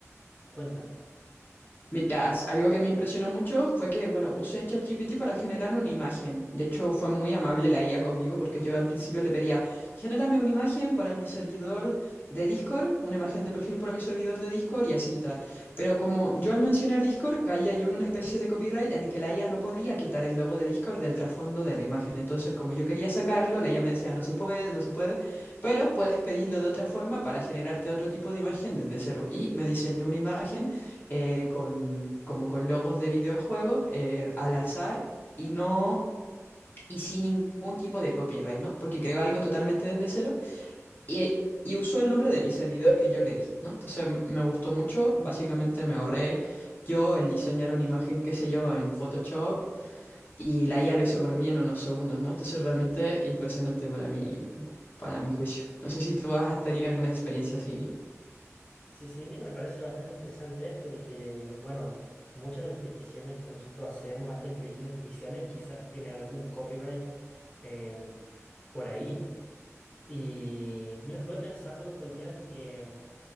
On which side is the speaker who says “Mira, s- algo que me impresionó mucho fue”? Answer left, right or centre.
Left